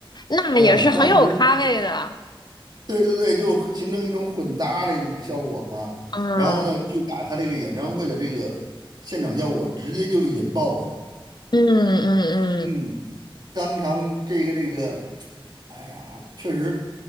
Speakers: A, on the left; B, on the right.
A: 那也是很有咖位的，
B: 嗯，当时对对对，就形成一种混搭的一种效果嘛。
A: 嗯
B: 然后呢，就把他这个演唱会的这个现场效果直接就引爆了。
A: 嗯嗯嗯，
B: 嗯，当场这个这个，哎呀，确实，